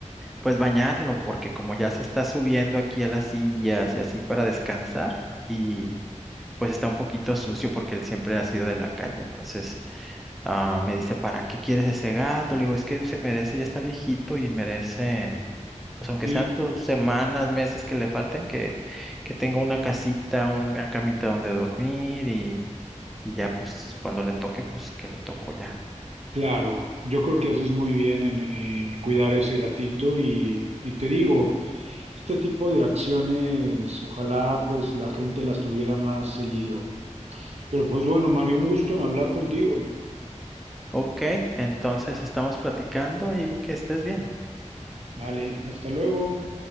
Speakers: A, in the centre; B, on the right.
A: Pues bañarlo, porque como ya se está subiendo aquí a las sillas y así para descansar, y pues está un poquito sucio porque él siempre ha sido de la calle. Entonces, Ah, me dice, ¿para qué quieres ese gato? Le digo, es que se merece, ya está viejito y merece, pues aunque
B: Sí,
A: sean sus semanas, meses que le falten, que, que tenga una casita, una camita donde dormir y, y ya, pues cuando le toque, pues que le toco ya.
B: claro. Yo creo que haces muy bien en, en cuidar ese gatito y, y te digo, este tipo de acciones, ojalá pues la gente las tuviera más seguido. Pero pues bueno, Mario, un gusto en hablar contigo.
A: Ok, entonces estamos platicando y que estés bien.
B: Vale, hasta luego.